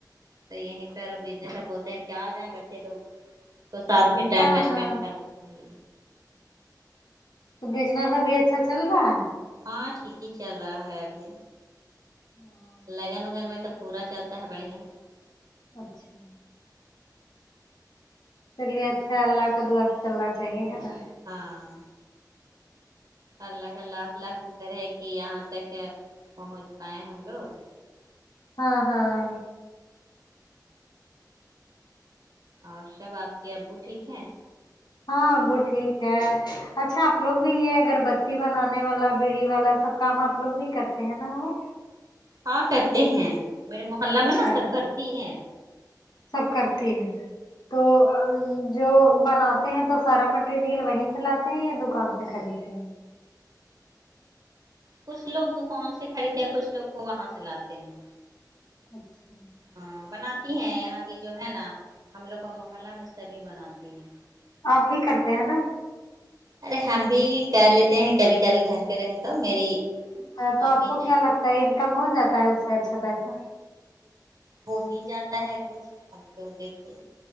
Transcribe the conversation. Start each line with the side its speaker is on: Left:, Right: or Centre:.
Right: تو یہیں پہ بزنس میں بولتے ہیں کیا آ جائیں بچے لوگ کو ساتھ بھی ٹائم
Left: ہاں
Right: میں اسپینڈ
Left: ہاں
Right: کر جی
Left: تو بزنس ابھی اچھا چل رہا ہے
Right: ہاں ٹھیک ہی چل رہا ہے ابھی
Left: ہاں
Right: لگن وگن میں تو پورا چلتا ہے بڑھیا
Left: اچھا چلیے اچھا اللہ کا دعا سے چلنا چاہیے ہے نا
Right: ہاں اللہ کہ لاک لاک طرح کہ یہاں تک پہنچ پائائے ہم لوگ
Left: ہاں ہاں
Right: اور سب آپ کے ابو ٹھیک ہیں
Left: ہاں وہ ٹھیک ہے اچھا آپ لوگ بھی یہ اگر بتی بنانے والا بیڑی والا سب کام آپ لوگ بھی کرتے ہیں نا وہ
Right: ہاں کرتے ہیں میرے محلہ
Left: اچھا
Right: میں نا سب کرتی ہے
Left: سب کرتی ہے تو جو بناتے ہیں تو سارا مٹیریل وہیں سے لاتے ہیں یا دکان سے خریدتے ہیں
Right: کچھ لوگ دکان سے خریدتے ہیں کچھ لوگ کو وہاں سے لاتے ہیں
Left: اچھا
Right: ہاں بناتی ہیں یہاں کی جو ہے نا ہم لوگ کو محلہ میں سبھی بناتی ہے
Left: آپ بھی کرتے ہیں نا
Right: ارے ہم بھی کر لیتے ہیں کبھی کبھی گھر پہ رہے تو میری
Left: اچھا تو آپ
Right: امی
Left: کو
Right: ہے
Left: کیا لگتا ہے انکم ہو جاتا ہے اس سے اچھا پیسہ
Right: ہو ہی جاتا ہے کچھ ہم کو دیکھ کے